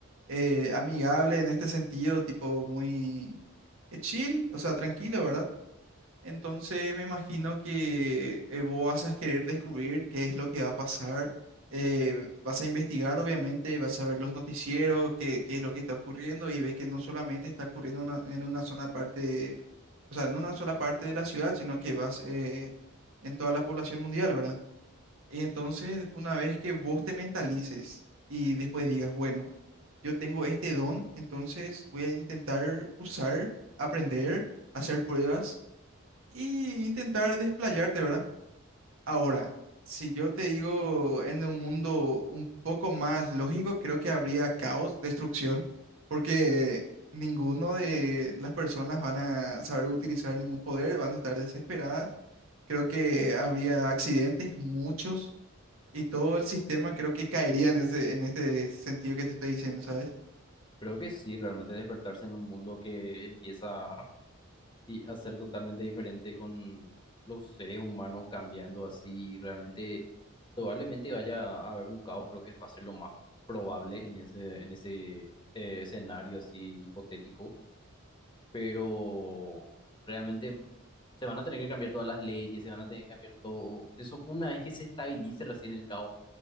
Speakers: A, on the right; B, on the left.
A: eh, amigable en este sentido, tipo muy eh, chill, o sea, tranquilo, ¿verdad? Entonces me imagino que eh, vos vas a querer descubrir qué es lo que va a pasar, eh, vas a investigar, obviamente, vas a ver los noticieros, qué, qué es lo que está ocurriendo y ves que no solamente está ocurriendo una- en una sola parte, o sea, en una sola parte de la ciudad, sino que vas eh, en toda la población mundial, ¿verdad? Y entonces, una vez que vos te mentalices y después digas, bueno, yo tengo este don, entonces voy a intentar usar, aprender, hacer pruebas y intentar desplayarte, ¿verdad? Ahora, si yo te digo en un mundo un poco más lógico, creo que habría caos, destrucción, porque ninguno de las personas van a saber utilizar ningún poder, van a estar desesperadas. Creo que habría accidentes, muchos. Y todo el sistema creo que caería en ese, en este sentido que te estoy diciendo, ¿sabes?
B: creo que sí, realmente despertarse en un mundo que empieza y hacer totalmente diferente con los seres humanos cambiando así, realmente probablemente vaya a haber un caos, creo que va a ser lo más probable en ese, en ese eh, escenario así hipotético, pero realmente se van a tener que cambiar todas las leyes, se van a tener que cambiar todo, eso una vez que se estabilice recién el caos,